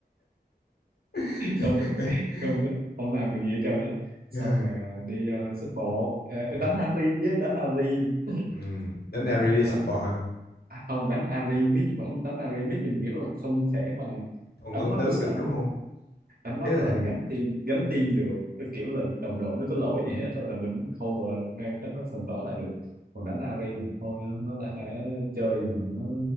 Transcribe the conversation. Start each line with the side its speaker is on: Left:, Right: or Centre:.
Left: <laughs>
Right: không không không làm được gì hết trơn á xong
Left: Ờ,
Right: rồi ờ, đi ờ, xúc bộ Ờ,
Left: Ừ,
Right: đánh Ari chứ đánh Ari
Left: ừ. đánh
Right: thì,
Left: nào đi
Right: thì phải
Left: support
Right: đánh
Left: à?
Right: à, không đánh Ari mid vẫn đánh Ari mid nhưng mà kiểu là không thể mà
Left: Còn
Right: đánh
Left: con
Right: Lux
Left: tướng được
Right: á.
Left: đúng không?
Right: đánh lóc
Left: Ý là
Right: rồi gánh team gánh team được Cái kiểu là đồng đội nó có lỗi gì hết thôi là mình cover cái cái đó, phần đó lại được còn đánh AV là thôi nó nó là hả, chơi gì mà nó